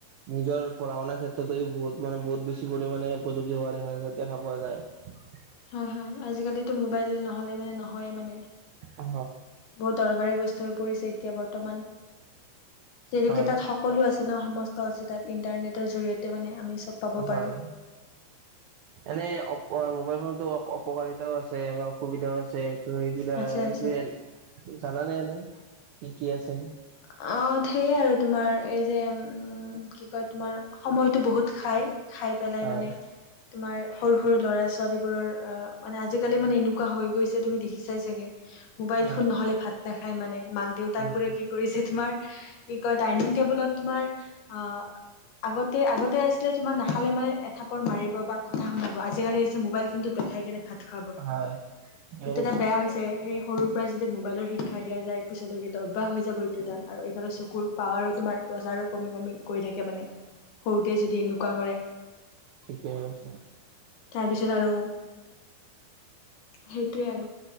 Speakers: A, on the right; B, on the left.
A: নিজৰ পঢ়া শুনা <unintelligible> ক্ষেত্ৰত বহুত মানে বহুত বেছি পৰিমাণে উপযোগী <unintelligible> দেখা পোৱা যায়।
B: হয় হয় <unintelligible> মোবাইল নহলে মানে নহয়ে মানে,
A: অ
B: বহুত দৰকাৰী বস্তু হৈ পৰিছে এতিয়া বৰ্তমান, যিহেতুকে
A: হয়
B: তাত সকলো আছে ন সম আছে, তাত ইণ্টাৰনেটৰ জৰিয়তে মানে আমি চব পাব
A: হয়,
B: পাৰো
A: এনে অপ-মোবাইল ফোন টো, অপকাৰিতায়ো আছে বা অসুবিধাও আছে। ত' এইবিলাক
B: আছে আছে
A: <unintelligible> জানানে এনে কি, কি আছে?
B: আ, সেইয়ে আৰু তোমাৰ এই যে, উম কি কয়, তোমাৰ সময়টো বহুত খাই, খাই পেলাই
A: হয়
B: মানে তোমাৰ সৰু, সৰু ল'ৰা ছোৱালীবোৰৰ অ', মানে আজিকালি মানে এনেকুৱা হৈ গৈছে, তুমি দেখি চাই চাগে। মোবাইল
A: হয়
B: ফোন নহ'লে ভাত নাখাই মানে, মাক, দেউতাকবোৰে
A: উম
B: কি কৰিছে তোমাৰ কি কয়, ডাইনিং টেবুলত তোমাৰ অ' আগতে, আগতে আছিলে তোমাক নাখালে মানে এঠাপৰ মাৰিব, বা কথা শুনাব আজিকালি হৈছে মোবাইল ফোনটো দে খাই কেনে ভাত খুৱাব,
A: হয় ঠিকে
B: সেইটো
A: কৈছা
B: এটা বেয়া হৈছে সেই সৰুৰ পৰা যেতিয়া মোবাইলৰ শিক্ষা দিয়া যায়, পিছলৈকেতো অভ্যাস হৈ <unintelligible> আৰু ইফালে চকুৰ পাৱাৰো তোমাৰ প্ৰচাৰো কমি, কমি কৰি থাক মানে সৰুতেই যদি এনেকুৱা কৰে।
A: ঠিকেই আছে।
B: তাৰপিছত আৰু সেইটোৱে আৰু,